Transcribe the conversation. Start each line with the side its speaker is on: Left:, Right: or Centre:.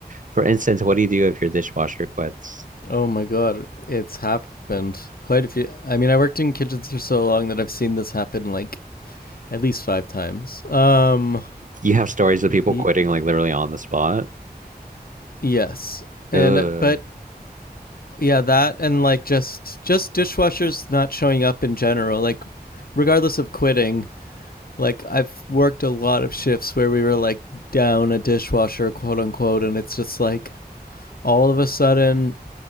Right: For instance, what do you do if your dishwasher quits?
Left: Oh my god, it's happened quite a few. I mean, I worked in kitchens for so long that I've seen this happen like at least five times. Um,
Right: You have stories of people
Left: y-
Right: quitting like literally on the spot.
Left: yes, and
Right: Ugh.
Left: but yeah, that and like just just dishwashers not showing up in general, like regardless of quitting. Like I've worked a lot of shifts where we were like down a dishwasher, quote unquote, and it's just like all of a sudden